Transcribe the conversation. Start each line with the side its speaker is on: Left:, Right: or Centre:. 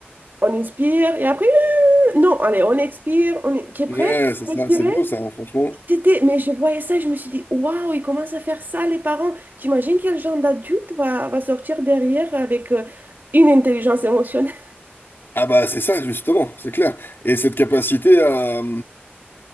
Right: on inspire et après, euh, non, allez, on expire, on... Tu es prêt?
Left: Ouais,
Right: Tu
Left: c'est
Right: peux
Left: ça,
Right: expirer?
Left: c'est beau ça, hein, franchement.
Right: C'était... Mais je voyais ça et je me suis dit, waouh, ils commencent à faire ça, les parents. T'imagines quel genre d'adulte va, va sortir derrière avec euh, une intelligence émotionnelle?
Left: Ah bah c'est ça, justement, c'est clair. Et cette capacité à,